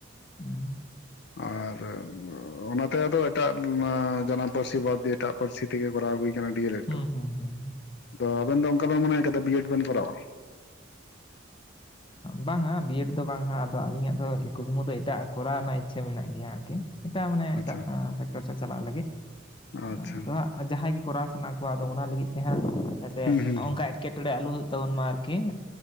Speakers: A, on the left (about 25°); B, on the left (about 55°).
A: ᱦᱮᱸ
B: ᱟᱨ ᱚᱱᱟᱛᱮ ᱟᱫᱚ ᱮᱴᱟᱜ ᱡᱟᱱᱟᱢ ᱯᱟᱹᱨᱥᱤ ᱵᱟᱫ ᱫᱤᱭᱮ ᱮᱴᱟᱜ ᱯᱟᱹᱨᱥᱤ ᱛᱮᱜᱮ ᱠᱚᱨᱟᱣ ᱦᱩᱭ ᱟᱠᱟᱱᱟ᱾ ᱰᱤᱭᱮᱞᱮᱴ
A: ᱦᱩᱸ ᱦᱩᱸ ᱦᱩᱸ ᱦᱩᱸ
B: ᱫᱚ ᱟᱵᱮᱱ ᱫᱚ ᱚᱱᱠᱟ ᱵᱮᱱ ᱢᱚᱱᱮᱭ ᱟᱠᱟᱫᱟ ᱵᱤ ᱮᱰ ᱵᱮᱱ ᱠᱚᱨᱟᱣᱟ
A: ᱵᱟᱝᱟ ᱵᱤᱭᱮᱰ ᱫᱚ ᱵᱟᱝᱼᱟ ᱟᱫᱚ ᱟᱹᱞᱤᱧᱟᱜ ᱫᱚ ᱠᱩᱠᱢᱩ ᱫᱚ ᱮᱴᱟᱜ ᱠᱚᱨᱟᱣ ᱨᱮᱱᱟᱜ ᱤᱪᱪᱷᱟᱹ ᱢᱮᱱᱟᱜ ᱜᱮᱭᱟ ᱟᱨᱠᱤ ᱮᱴᱟᱜ ᱢᱟᱱᱮ
B: ᱟᱪᱪᱷᱟ
A: ᱮᱴᱟᱜ ᱯᱷᱮᱠᱴᱚᱨ ᱥᱮᱫ ᱪᱟᱞᱟᱜ ᱞᱟᱹᱜᱤᱫ
B: ᱟᱪᱪᱷᱟ
A: ᱟᱫᱚ ᱦᱟᱸᱜ- ᱡᱟᱦᱟᱸᱭ ᱜᱮ ᱠᱚᱨᱟᱣ ᱥᱟᱱᱟ ᱠᱚᱣᱟ ᱟᱫᱚ ᱚᱱᱟ ᱞᱟᱹᱜᱤᱫ ᱛᱮ ᱦᱟᱸᱜ ᱡᱟᱛᱮ
B: ᱦᱩᱸ ᱦᱩᱸ
A: ᱚᱱᱠᱟ ᱮᱴ- -ᱠᱮ ᱴᱠᱮᱴᱚᱬᱮ ᱟᱞᱚ ᱦᱩᱭᱩᱜ ᱛᱟᱵᱚᱱ ᱢᱟ ᱟᱨᱠᱤ